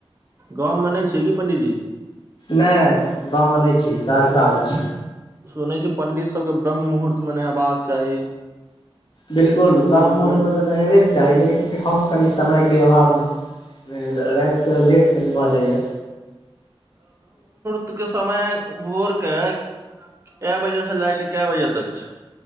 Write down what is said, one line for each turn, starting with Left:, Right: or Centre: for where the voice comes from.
Right: गाँवमे नहि छियै की पंडीजी
Left: नहि गाँवमे नहि छी सहरसा अबैत छी
Right: सुनै छी पण्डित सबके ब्रह्म मुहूर्त मे नहेबाक चाही
Left: बिलकुल
Right: ओहि
Left: ब्राम्म मुहूर्तमे
Right: मुहूर्त
Left: तऽ नहेबेके चाही लेकिन एखन कनि समयके अभावमे रातिकऽ लेट कनी भऽ जाइया
Right: देखियो समय भोर के कए बजे से लए कए बजे तक छै